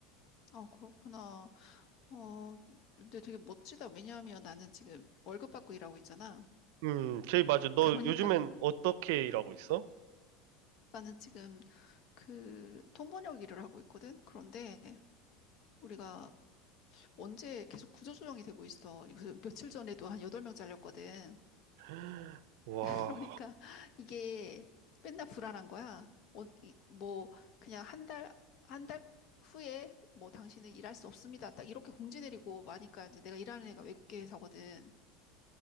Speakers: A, on the left; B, on the right.
A: 아, 그렇구나. 어, 근데 되게 멋지다. 왜냐하면 나는 지금 월급 받고 일하고 있잖아.
B: 음, 제이 맞아. 너
A: 그러니까
B: 요즘엔
A: <laughs>
B: 어떻게 일하고 있어?
A: 나는 지금 그 통번역 일을 하고 있거든. 그런데 우리가 언제 계속 구조조정이 되고 있어. 그래서 며칠 전에도 한 여덟 명 잘렸거든.
B: <gasps> 와,
A: 그러니까 이게 맨날 불안한 거야. 어, 이- 뭐 그냥 한 달, 한 달 후에 뭐 당신은 일할 수 없습니다. 딱 이렇게 공지 내리고 마니까 이제 내가 일하는 애가 외국계 회사거든.